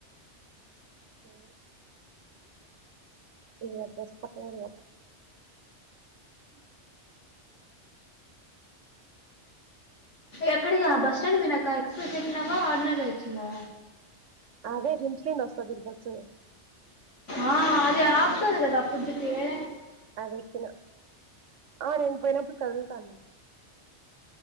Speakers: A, on the right; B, on the left.
A: హ ఇ దస్త్ పోరే
B: ఎక్కడికి అ బస్ స్టాండ్ వినాక ఎక్స్ప్రెస్ ఎక్కినావా అడినద వచ్చిందా
A: అదే రించ్ నూ వస్తది బస్సు
B: ఆ అదే ఆపుతది కదా ఫుడ్ తినే
A: అదకినా ఆ నేను పోయినప్పుడు కదులుతా